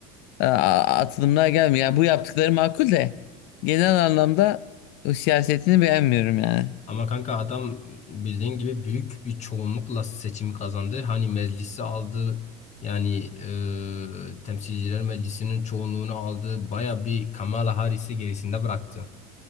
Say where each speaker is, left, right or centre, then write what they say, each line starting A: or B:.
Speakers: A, on the left; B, on the left.
A: e, a- atılımlar gelmiyor. Yani bu yaptıkları makul de genel anlamda o siyasetini beğenmiyorum yani.
B: Ama kanka adam bildiğin gibi büyük bir çoğunlukla seçimi kazandı. Hani meclisi aldı. Yani e, Temsilciler Meclisi'nin çoğunluğunu aldı. Baya bir Kamala Harris'i gerisinde bıraktı.